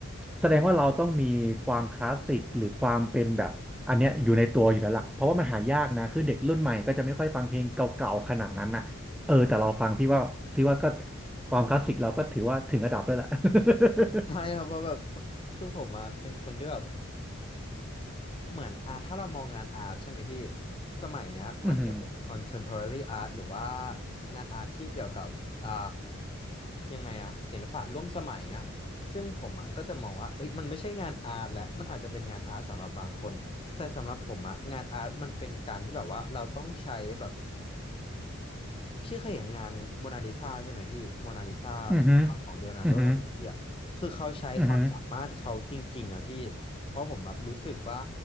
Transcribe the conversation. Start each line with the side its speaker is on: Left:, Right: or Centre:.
Centre: แสดงว่าเราต้องมีความคลาสสิกหรือความเป็นแบบอันเนี้ยอยู่ในตัวอยู่แล้วล่ะเพราะว่ามันหายากนะคือเด็กรุ่นใหม่ก็จะไม่ค่อยฟังเพลงเก่าๆขนาดนั้นน่ะเออแต่เราฟังพี่ว่าซิว่าก็ความคลาสสิกเราก็ถือว่าถึงระดับแล้วแหละ <laughs>
Left: ใช่ครับเพราะแบบคนคือผมอะเป็นคนที่แบบเหมือนอาถ้าเรามองงานอาร์ตใช่ไหมพี่สมัยเนี้ยมันจะเป็น
Centre: อือหือ
Left: contemporary art หรือว่างานอาร์ตที่เกี่ยวกับอ่ายังไงอะศิลปะร่วมสมัยอะซึ่งผมอะก็จะมองว่าเอ้ยมันไม่ใช่งานอาร์ตแล้วมันอาจจะเป็นงานอาร์ตสำหรับบางคนแต่สำหรับผมอะงานอาร์ตมันเป็นการที่แบบว่าเราต้องใช้แบบ พี่เคยเห็นงานโมนาลิซาใช่ไหมพี่โมนาลิซา
Centre: อือหือ
Left: ภาพของเลโอนาร์โดดาวินชีอ่ะคือเขาใช้ความสามารถเขาจริงๆอ่ะพี่
Centre: อือหืออือหือ
Left: เพราะผมแบบรู้สึกว่า